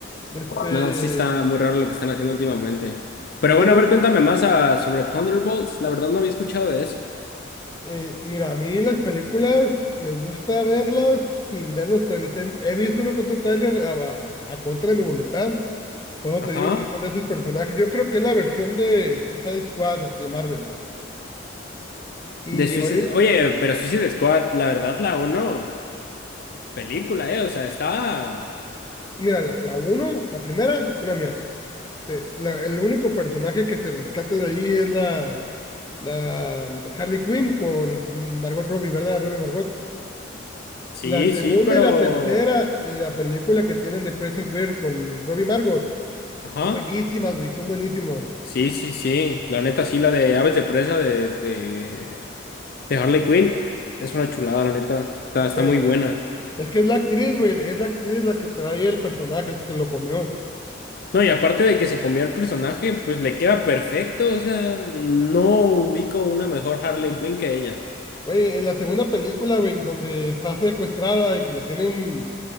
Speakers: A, on the left (about 20°); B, on the left (about 50°).
A: este,
B: no, sí está muy raro lo que están haciendo últimamente. Pero
A: hicieron,
B: bueno, a ver, cuéntame más ah, sobre Thunderbolts. La verdad no había escuchado de eso.
A: eh, mira, a mí las películas me gusta verlas sin ver los trailers. He, he visto uno que otro trailer a, a contra de mi voluntad. Por eso
B: Ajá,
A: te digo que son de esos personajes. Yo creo que es la versión de Suicide Squad de Marvel. Y
B: de Suicide.
A: ahorita,
B: Oye, pero Suicide Squad, la verdad, la uno película, ¿eh? O sea, está.
A: mira, la, la uno, la primera, una mierda. Este, la- el único personaje que se rescata de ahí es la, la mm, Harley Quinn con Margot Robbie, ¿verdad? Robbie Margot.
B: Sí,
A: La segunda
B: sí, pero.
A: y la tercera y la película que tienen de Price of Bear con Robbie Margot
B: Ajá,
A: son buenísimas, güey, son buenísimas.
B: sí, sí, sí. La neta, sí, la de Aves de Presa de, de de Harley Quinn es una chulada, la neta. Está, está
A: Eh,
B: muy buena.
A: es que es la actriz, güey, es la actriz la que trae el personaje, o sea, se lo comió.
B: No, y aparte de que se comió el personaje, pues le queda perfecto. O sea, no ubico una mejor Harley Quinn que ella.
A: Güey, en la segunda película, güey, donde está secuestrada y que la tienen,